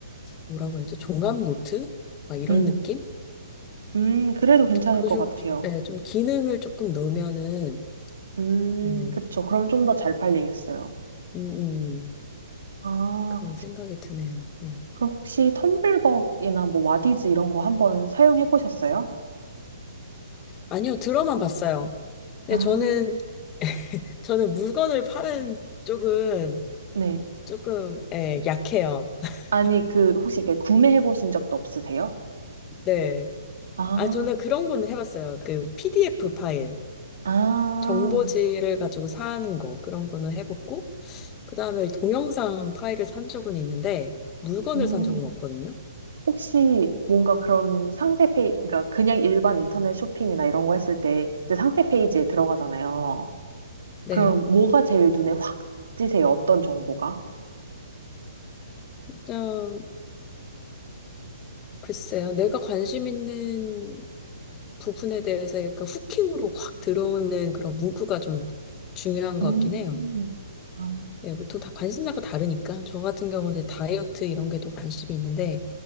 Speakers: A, on the left (about 25°); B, on the right (about 70°).
A: 뭐라고 해야죠? 종합 노트? 막 이런
B: 음,
A: 느낌?
B: 음, 그래도 괜찮을
A: 그런
B: 것
A: 식으로
B: 같아요.
A: 좀, 예, 좀 기능을 조금 넣으면은
B: 음,
A: 예, 음,
B: 그쵸. 그럼 좀 더 잘 팔리겠어요.
A: 음,
B: 아,
A: 그런 생각이 드네요. 예.
B: 그럼 혹시 텀블벅이나 뭐 와디즈 이런 거 한번 사용해 보셨어요?
A: 아니요, 들어만 봤어요. 네,
B: 아,
A: 저는 저는 물건을 파는 쪽은
B: 네.
A: 조금, 예, 약해요. <laughs>
B: 아니, 그, 혹시 이렇게 구매해 보신 적도 없으세요?
A: 네.
B: 아,
A: 아, 저는 그런 거는 해봤어요. 그 PDF 파일,
B: 아,
A: 정보지를 가지고 사는 거, 그런 거는 해봤고, 그 다음에 동영상 파일을 산 적은 있는데, 물건을
B: 음.
A: 산 적은 없거든요.
B: 혹시 뭔가 그런 상세 페이지, 그러니까 그냥 일반 인터넷 쇼핑이나 이런 거 했을 때 이제 상세 페이지에 들어가잖아요.
A: 네.
B: 그럼 뭐가 제일 눈에 확 띄세요? 어떤 정보가?
A: 일단, 글쎄요. 내가 관심 있는 부분에 대해서 약간 후킹으로 확 들어오는 그런 문구가 좀 중요한 것
B: 음,
A: 같긴 해요.
B: 아,
A: 네, 보통 다 관심사가 다르니까 저 같은 경우는 이제 다이어트 이런 게 더 관심이 있는데